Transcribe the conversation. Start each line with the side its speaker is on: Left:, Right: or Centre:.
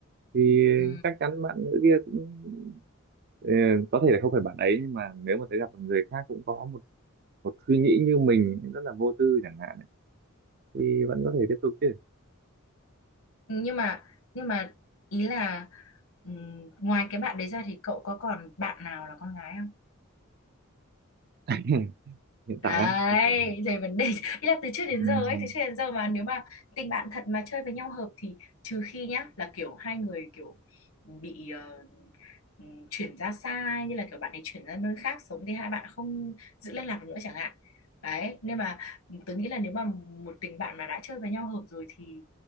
Right: thì
Left: Ừ.
Right: chắc chắn bạn nữ kia cũng ờ, có thể là không phải bạn ấy nhưng mà nếu mà thấy gặp một người khác cũng có một một suy nghĩ như mình rất là vô tư chẳng hạn ấy, thì vẫn có thể tiếp tục chứ
Left: nhưng mà nhưng mà ý là ừm, ngoài cái bạn đấy ra thì cậu có còn bạn nào là con gái
Right: <laughs> <clears throat> hiện
Left: Đấy,
Right: tại á hiện tại
Left: thì vấn đề <laughs> ý là từ trước đến
Right: ừm,
Left: giờ ấy, từ trước đến giờ mà nếu mà tình bạn thật mà chơi với nhau hợp thì trừ khi nhá là kiểu hai người kiểu ừ, bị ờ, ừ, chuyển ra xa ấy, như là kiểu bạn ấy chuyển ra nơi khác sống thì hai bạn không giữ liên lạc được nữa chẳng hạn. Đấy, nên mà tớ nghĩ là nếu mà một tình bạn mà đã chơi với nhau hợp rồi thì